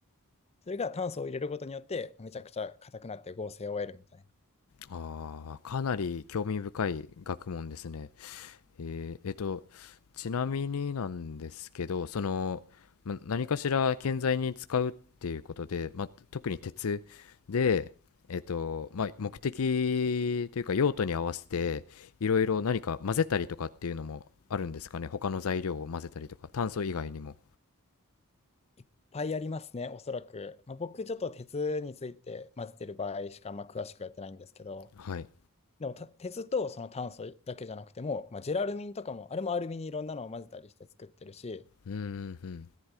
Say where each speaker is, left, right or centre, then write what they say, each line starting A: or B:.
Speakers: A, on the left; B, on the left.
A: それが炭素を入れることによって、めちゃくちゃ硬くなって合成を得るみたいな。
B: ああ、かなり興味深い学問ですね。えーえっと、ちなみになんですけど、その、ま、何かしら建材に使うっていうことで、ま、特に鉄で、えっと、ま、目的というか用途に合わせて、いろいろ何か混ぜたりとかっていうのもあるんですかね。他の材料を混ぜたりとか、炭素以外にも。
A: いっぱいありますね、おそらく。まあ、僕、ちょっと鉄について混ぜてる場合しかあんま詳しくやってないんですけど、
B: はい。
A: でもた鉄とその炭素だけじゃなくても、まあ、ジェラルミンとかも、あれもアルミにいろんなのを混ぜたりして作ってるし、
B: うーん、うん。